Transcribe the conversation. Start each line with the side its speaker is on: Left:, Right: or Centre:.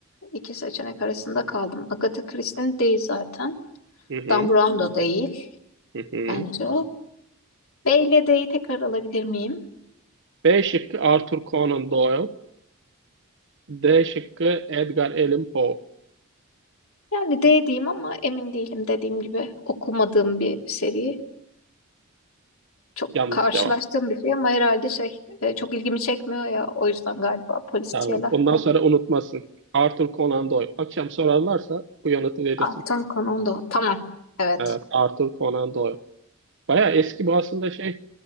Left: İki seçenek arasında kaldım. Agatha Christie'nin değil zaten.
Right: Hı hı,
Left: Dan Brown da değil
Right: hı hı.
Left: bence. B ile D'yi tekrar alabilir miyim?
Right: B şıkkı Arthur Conan Doyle. D şıkkı Edgar Allan Poe.
Left: Yani D diyeyim ama emin değilim dediğim gibi okumadığım bir seri. Çok
Right: Yanlış
Left: karşılaştığım
Right: cevap.
Left: bir şey ama herhalde şey e, çok ilgimi çekmiyor ya o yüzden galiba polisiyeler.
Right: Tamam. Bundan sonra unutmasın. Arthur Conan Doyle. Akşam sorarlarsa bu yanıtı verirsin.
Left: Artan konu da. Tamam. Evet.
Right: Evet, Arthur Conan Doyle. Baya eski bu aslında şey